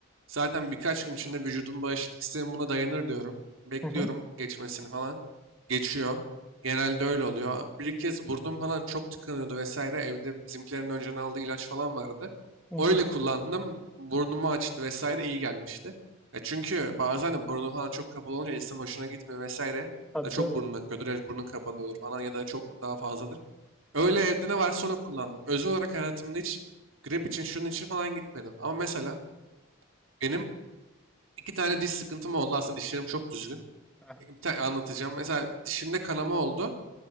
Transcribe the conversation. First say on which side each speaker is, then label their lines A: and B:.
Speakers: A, on the right; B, in the centre.
A: zaten birkaç gün içinde vücudum bağışıklık sistemi buna dayanır diyorum. Bekliyorum
B: hı hı,
A: geçmesini falan. Geçiyor. Genelde öyle oluyor. Bir iki kez burnum falan çok tıkanıyordu vesaire. Evde bizimkilerin önceden aldığı ilaç falan vardı.
B: hı hı.
A: Öyle kullandım. Burnumu açtı vesaire iyi gelmişti. Ya çünkü bazen de burnum falan çok kapalı olunca insanın hoşuna gitmiyor vesaire.
B: Tabii
A: Ya çok
B: tabii.
A: burnun akıyordur ya burnun kapanıyordur falan ya da çok daha fazla Öyle evde ne varsa onu kullandım. Özel olarak hayatımda hiç grip için şunun için falan gitmedim. Ama mesela benim iki tane diş sıkıntım oldu. Aslında dişlerim çok düzgün.
B: Aha,
A: Bir tane anlatacağım. Mesela dişimde kanama oldu.